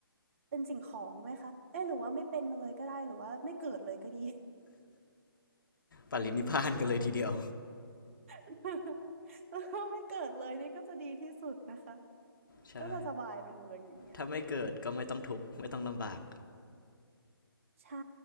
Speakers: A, on the right; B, on the left.
A: เป็นสิ่งของไหมคะเอ๊ะหรือว่าไม่เป็นเลยก็ได้หรือว่าไม่เกิดเลยก็ดี
B: ปรินิพพานกันเลยทีเดียว
A: <laughs> แล้วก็ไม่เกิดเลยนี่ก็จะดีที่สุดนะคะ
B: ใช่
A: ก็จะสบายไปเลยอย่างเงี้ย
B: ถ้าไม่เกิดก็ไม่ต้องทุกข์ไม่ต้องลำบาก
A: ใช่